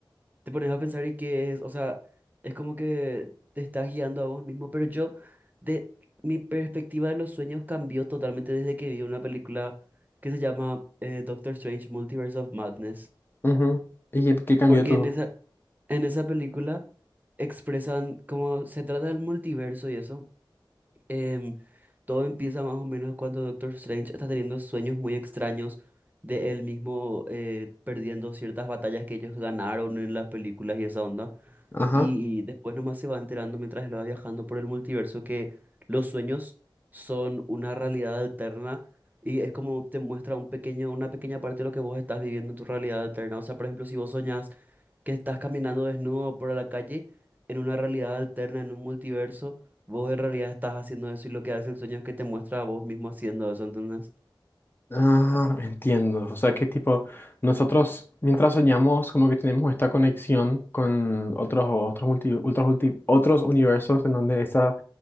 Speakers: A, on the right; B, on the left.
A: te pones a pensar y qué es, o sea, es como que te estás guiando a vos mismo, pero yo, de mi perspectiva de los sueños cambió totalmente desde que vi una película que se llama eh, Doctor Strange Multiverse of Madness,
B: Ujú. ¿Y qué, qué cambió
A: porque
B: tú?
A: en esa, Mm, en esa película expresan cómo se trata del multiverso y eso, em, Todo empieza más o menos cuando Doctor Strange está teniendo sueños muy extraños de él mismo eh, perdiendo ciertas batallas que ellos ganaron en las películas y esa onda.
B: Ajá.
A: Y después nomás se va enterando mientras él va viajando por el multiverso que los sueños son una realidad alterna y es como te muestra un pequeño, una pequeña parte de lo que vos estás viviendo en tu realidad alterna. O sea, por ejemplo, si vos soñás que estás caminando desnudo por la calle en una realidad alterna, en un multiverso, vos en realidad estás haciendo eso y lo que hace el sueño es que te muestra a vos mismo haciendo eso, ¿entendés?
B: Ah, entiendo. O sea, que tipo, nosotros mientras soñamos, como que tenemos esta conexión con otros, otros, multi- otros, multi- otros universos en donde esa,